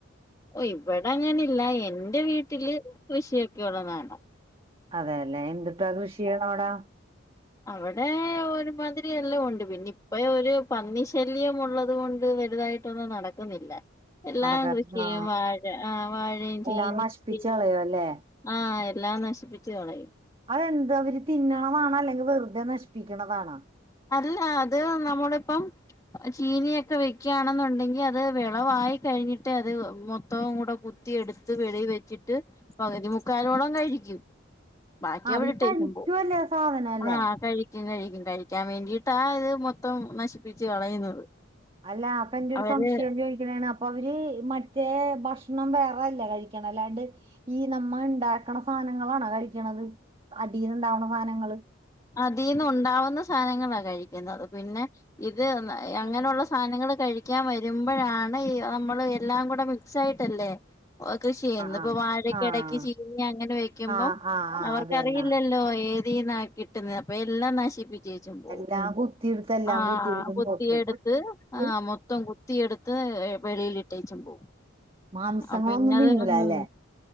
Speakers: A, on the left; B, on the right.
A: ഓ ഇവിടെ അങ്ങനില്ല എന്റെ വീട്ടില് കൃഷിയൊക്കെഒള്ള നാട
B: അതെയല്ലെ എന്തിട്ടാ ആ കൃഷി ചെയ്യണ അവിടാ
A: അവിടെ ഒരുമാതിരി എല്ലാം ഉണ്ട് പിന്നെ ഇപ്പ ഒരു പന്നി ശല്യം ഉള്ളത് കൊണ്ട് വലുതായിട്ട് ട്ടൊന്നും നടക്കുന്നില്ല എല്ലാം
B: നടക്കാൻ
A: കൃഷിയെയ്യും
B: ആ
A: വാഴ ആഹ് വാഴയും ചീനിം
B: എല്ലാം നശിപ്പിച്ച്
A: ചേമ്പും
B: കളയോ അല്ലേ
A: ആഹ് എല്ലാം നശിപ്പിച്ച് കളയും
B: അതെന്ത് അവര് തിന്നണതാണോ അല്ലെങ്കിൽ വെറുതെ നശിപ്പിക്കണതാണോ
A: അല്ല അത് നമ്മുടെ ഇപ്പം ചീനിയൊക്കെ വെയ്ക്കാണെന്നുണ്ടെങ്കി അത് വെളവായി കഴിഞ്ഞിട്ട് അത് മൊത്തവും കൂടെ കു ത്തിയെടുത്ത് വെളീ വെച്ചിട്ട് പകുതിമുക്കാലോളം കഴിക്കും ബാക്കി
B: ആ അവര്
A: അവിടെ ഇട്ടേച്ചും
B: കഴിക്കുവല്ലേ
A: പോവും
B: ആ സാധനം അല്ലേ
A: ആഹ് കഴി കഴിക്കും കഴിക്കും കഴിക്കാൻ വേണ്ടിട്ടാ ഇത് മൊത്തം നശിപ്പിച്ച് കളയുന്നത്
B: അല്ലാ അപ്പൊ എന്റെ ഒരു
A: അവര്
B: സംശയം ചോദിക്കണേണ് അപ്പ അവര് മറ്റേ ഭക്ഷണം വേറെല്ലേ കഴിക്കണേ അല്ലാണ്ട് ഈ നമ്മ ഇണ്ടാക്കണ സാധനങ്ങളാണോ കഴിക്കണത് അടീൽ ഇണ്ടാവണ സാധനങ്ങള്
A: അതീന്ന് ഉണ്ടാവുന്ന സാധനങ്ങളാ കഴിക്കുന്നത് പിന്നെ ഇത് അങ്ങനെയുള്ള
B: ആഹ്
A: സ സാധനങ്ങള് കഴിക്കാൻ വരുമ്പോഴാണ് ഈ നമ്മള് എല്ലാം കൂടെ മിക്സായിട്ടല്ലേ കൃഷി ചെയ്യുന്നു
B: ആഹ്
A: ഇപ്പൊ വാഴക്കിടക്ക്
B: ആഹ്
A: ചീനി അങ്ങനെ വെക്കുമ്പം
B: ആഹ് ആഹ് ആഹ്
A: അവർക്കറിയില്ലല്
B: അതന്നെ
A: പ്പൊ ഏതീന്നാ കിട്ടുന്നത് അപ്പൊ എല്ലാം നശിപ്പിച് ജയിച്ചും പോവും
B: എല്ലാം കുത്തിയെടുത്ത് എല്ലാം
A: ആഹ്
B: കുത്തിയെടുത്ത്
A: കൊത്തിയ
B: നോക്കും
A: എടുത്ത് ആഹ് മൊത്തം കുത്തിയെടുത്ത് വെളിയിലിട്ടേച്ചും പോവും
B: മാംസങ്ങളൊന്നും
A: ആഹ് പിന്നത്
B: തിന്നൂല
A: മൂ
B: അല്ലെ